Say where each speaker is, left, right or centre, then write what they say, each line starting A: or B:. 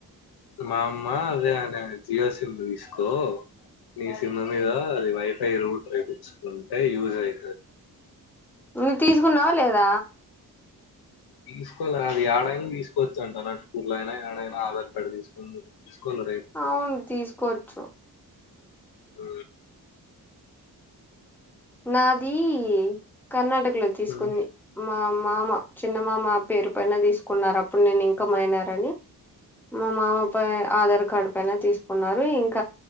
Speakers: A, on the left; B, in the centre.
A: మా అమ్మ అదే <unintelligible> జియో సిమ్ తీసుకో నీ సిమ్ మీద ఆ వైఫై రూట్ యూజ్ అవుతుంది
B: నువ్వు తీసుకున్నావ లేద
A: తీసుకోవాలని అది ఏడైనా తీసుకోవచ్చ అంట నా టూర్లు అయినా ఏడైనా ఆధార్ కార్డు తీసుకో <unintelligible>
B: అవును తీసుకోచ్చు
A: ఆ
B: నాది కర్ణాటకలో తీసు
A: ఉమ్, ఉమ్.
B: <unintelligible> మా మామ చిన్నమా మా పేరు పైన తీసుకున్నారు అప్పుడు నేను ఇంకా మైనారని మా మామ ప ఆధార్ కార్డు పైన తీసుకున్నారు ఇంక